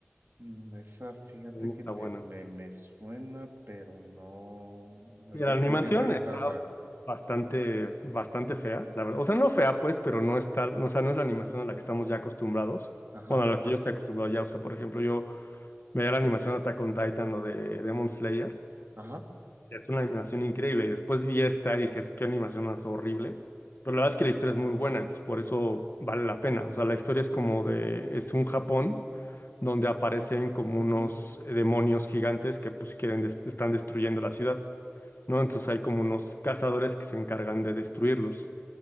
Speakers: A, on the right; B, on the left.
A: Mm, Esa, fíjate
B: También
A: que
B: está
A: me,
B: buena.
A: me, me suena, pero no. no, ¿De
B: Mira,
A: qué,
B: la animación
A: de qué, de qué
B: está
A: trata?
B: bastante, bastante fea, la verdad. O sea, no fea, pues, pero no está, no, o sea, no es la animación a la que estamos ya acostumbrados.
A: Ajá,
B: Bueno, a la que yo estoy acostumbrado ya. O sea, por ejemplo, yo veía la animación de Attack on Titan o de Demon Slayer.
A: ajá.
B: Es una animación increíble. Y después vi esta y dije, "Es- qué animación más horrible. Pero la verdad es que la historia es muy buena, entonces por eso vale la pena. O sea, la historia es como de, es un Japón donde aparecen como
A: ujú,
B: unos eh, demonios gigantes que pues quieren, des- están destruyendo la ciudad. ¿no? Entonces hay como unos cazadores que se encargan de destruirlos